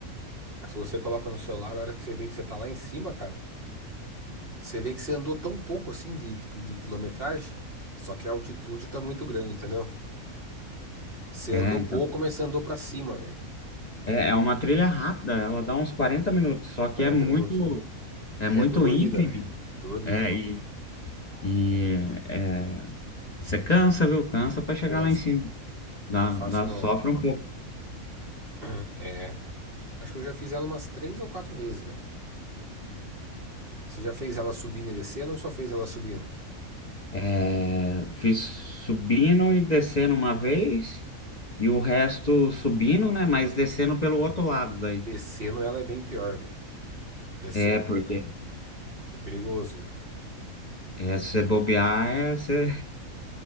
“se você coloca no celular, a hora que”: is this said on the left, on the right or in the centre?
Right